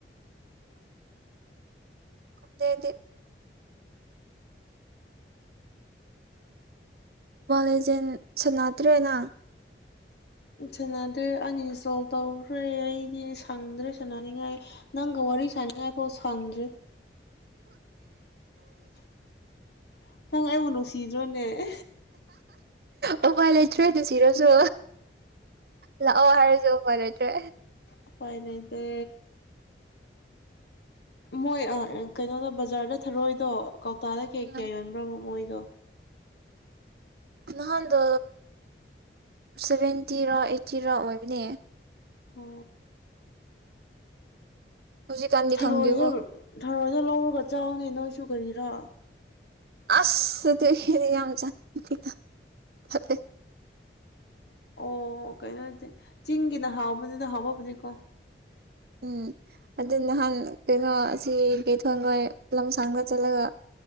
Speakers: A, on the right; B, on the left.
A: ꯈꯪꯗꯦ ꯑꯩꯗꯤ ꯃꯣꯕꯥꯏꯜ ꯑꯦꯖꯦꯟ ꯁꯥꯟꯅꯗ꯭ꯔꯦꯅ
B: ꯁꯥꯟꯅꯗ꯭ꯔꯦ ꯑꯅꯟ ꯏꯟꯁꯇꯣꯜ ꯇꯧꯈ꯭ꯔꯦ ꯑꯩꯗꯤ ꯁꯪꯗ꯭ꯔꯦ ꯁꯥꯟꯅꯅꯤꯡꯉꯥꯏ ꯅꯪꯒ ꯋꯥꯔꯤ ꯁꯅꯤꯡꯉꯥꯏꯐꯥꯎ ꯁꯥꯟꯗ꯭ꯔꯦ <inaudible> ꯅꯪ ꯑꯩꯕꯨ ꯅꯨꯡꯁꯤꯗ꯭ꯔꯣꯅꯦ <inaudible>
A: ꯑꯨꯄꯥꯏ ꯂꯩꯇ꯭ꯔꯦ ꯅꯨꯡꯁꯤꯔꯁꯨ ꯂꯥꯛꯑꯣ ꯍꯥꯏꯔꯖꯨ ꯎꯄꯥꯏꯂꯩꯇ꯭ꯔꯦ
B: ꯎꯄꯥꯏ ꯂꯩꯇꯦ ꯃꯣꯏ ꯀꯩꯅꯣꯗ ꯕꯖꯥꯔꯗ ꯊꯥꯔꯣꯏꯗꯣ ꯀꯧꯇꯥꯗ ꯀꯦ
A: ꯎꯝ
B: ꯀꯌꯥ ꯌꯣꯟꯕ꯭ꯔꯕ ꯃꯣꯏ <inaudible>
A: ꯅꯍꯥꯟꯗꯣ ꯁꯚꯦꯟꯇꯤꯔꯥ ꯑꯩꯠꯇꯤꯔ ꯑꯣꯏꯕꯅꯦ
B: ꯑꯣ
A: ꯍꯧꯖꯤꯛꯀꯥꯟꯗꯤ
B: ꯊꯔꯣꯏꯗꯣ
A: ꯈꯪꯗꯦꯀꯣ
B: ꯊꯔꯣꯏꯗꯣ ꯂꯧꯔꯒ ꯆꯥꯎꯑꯣꯅꯦ ꯅꯣꯏꯁꯨ ꯀꯨꯔꯤꯔꯥ
A: <unintelligible>
B: ꯑꯣ ꯀꯩꯅꯣꯗꯤ ꯆꯤꯡꯒꯤꯅ ꯍꯥꯎꯕꯅꯤꯗ ꯍꯥꯎꯕꯕꯨꯗꯤꯀꯣ
A: ꯎꯝ ꯑꯗꯨ ꯅꯍꯥꯟ ꯀꯩꯅꯣ ꯁꯤ ꯀꯩꯊꯣꯏꯈꯣꯏ ꯂꯝꯁꯥꯡꯗ ꯆꯠꯂꯒ